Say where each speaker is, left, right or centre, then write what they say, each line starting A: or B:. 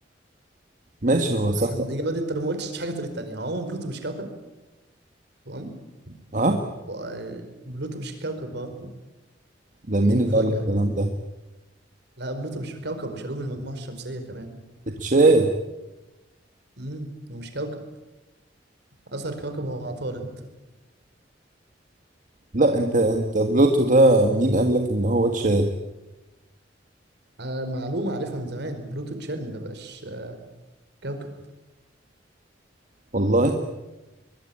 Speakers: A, on the right (about 45°); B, on the right (about 65°).
A: ماشي هو صح
B: عشان الاجابه دي انت لو ما قلتش حاجه تقول التانيه هو عموما بلوتو مش كوكب تمام
A: اه
B: و- بلوتو مش كوكب اه
A: ده مين
B: دي المفاجاه
A: اللي قال لك الكلام ده
B: لا بلوتو مش كوكب وشالوه من المجموعه الشمسيه كمان
A: اتشال
B: امم ومش كوكب اصغر كوكب هو عطارد
A: لا انت انت بلوتو ده مين قال لك ان هو اتشال
B: آه، معلومه عارفها من زمان بلوتو اتشال ما بقاش آه، كوكب
A: والله